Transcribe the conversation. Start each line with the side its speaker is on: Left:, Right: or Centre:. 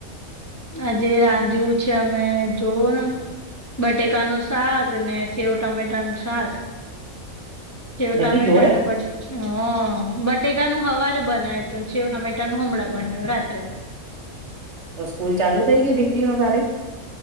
Left: આજે રાંધ્યું છે, અમે જોવ ને બટેકા નું શાક, ને સેવ ટમેટા નું શાક શિવ
Right: બધી
Left: ટમેટા
Right: જોડે
Left: અને બટ હ બટ નું હવારે બનાવ્યું તું શવ ટામેટા ન હમળં બનાવ્યું રાતે.
Right: તો સ્કૂલ ચાલુ થઇ ગઈ ડિગ્રી ન તારે.